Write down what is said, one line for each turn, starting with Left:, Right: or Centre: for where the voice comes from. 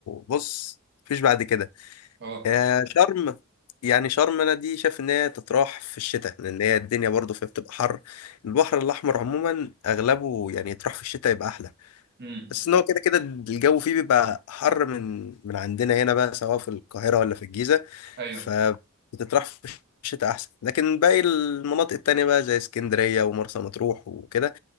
Left: بص مفيش بعد كده
Right: اه
Left: يا شرم يعني شرم انا دي شايف ان هي تتراح في الشتاء لان هي الدنيا برضو فيها بتبقى حر البحر الاحمر عموما اغلبه يعني يتراح في الشتاء يبقى احلى
Right: امم
Left: بس ان هو كده كده الجو فيه بيبقى حر من من عندنا هنا بقى سواء في القاهرة ولا في الجيزة
Right: ايوه
Left: فبتطرح في الشتاء احسن لكن باقي المناطق التانية بقى زي اسكندرية ومرسى مطروح وكده